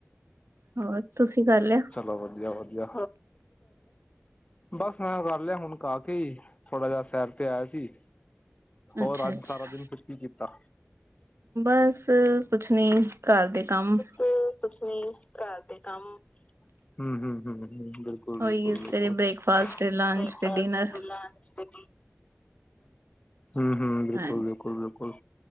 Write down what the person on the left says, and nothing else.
ਚਲੋ ਵਧੀਆ-ਵਧੀਆ। ਬੱਸ ਮੈਂ ਕਰ ਲਿਆ, ਹੁਣ ਕਾਕੇ ਹੀ ਥੋੜਾ ਜਿਹਾ ਸੈਰ ਤੇ ਆਇਆ ਸੀ। ਹੋਰ
ਅੱਜ
ਸਾਰਾ ਦਿਨ ਫਿਰ ਕੀ ਕੀਤਾ?
ਤੁਸੀ ਘਰਦੇ ਕੰਮ, ਹਮ-ਹਮ ਬਿਲਕੁਲ-ਬਿਲਕੁਲ,
ਬ੍ਰੇਕਫਾਸਟ,
ਫੇਰ ਲੰਚ ਹਮ-ਹਮ, ਬਿਲਕੁਲ-ਬਿਲਕੁਲ,
ਬਿਲਕੁਲ